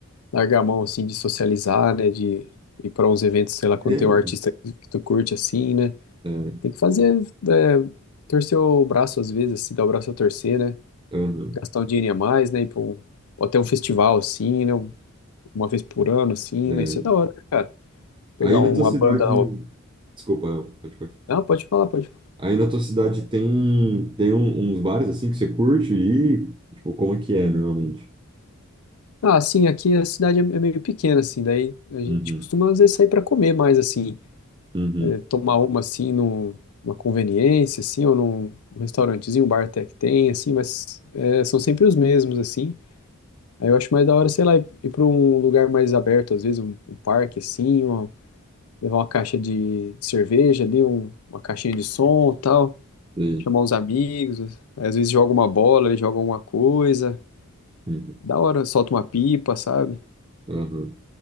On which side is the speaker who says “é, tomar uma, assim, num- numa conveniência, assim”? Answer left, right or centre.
Left